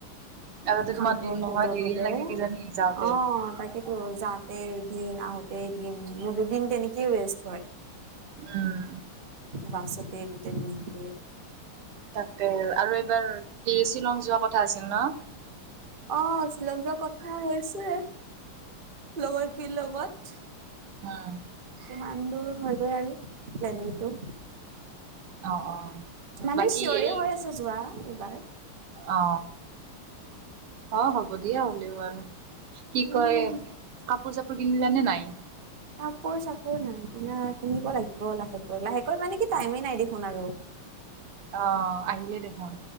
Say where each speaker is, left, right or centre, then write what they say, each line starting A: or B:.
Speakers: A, on the right (about 85°); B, on the right (about 50°).
A: আগতে
B: খাওঁতে
A: তোমাৰ দূৰ নহয়
B: খজ উ
A: দেৰিয়ে
B: ধোতে
A: লাগে কিজানি যাওঁতে
B: অ তাকে। ত যাওঁতে এদিন আহোতে এদিন মোথতে দুদিন তেনেকেই ৱেষ্ট হয়।
A: উম!
B: বাছতে গোটেই দিনটো।
A: তাতে আৰু এইবাৰ কি শ্বিলং যোৱা কথা আছিল ন।
B: অ শ্বিলং যোৱা কথা হৈছে লগৰখিনিৰ লগত।
A: উম
B: কিমান দূৰ হৈ গৈ আৰু প্লেনিংটো।
A: অ অ
B: মানে
A: বাকী
B: চিঞৰে
A: এই
B: হৈ আছে যোৱা এইবাৰ।
A: অ অ হ'ব দিয়া হলেও আৰু। কি
B: উম
A: কয় কাপোৰ চাপোৰ কিনিলানে নাই।
B: কাপোৰ চাপোৰ নাই কিনা কিনিব লাগিব লাহেকৈ লাহেকৈ মানে কি টাইমেই নাই দেখোন আৰু।
A: অ আহিলে দেখোন।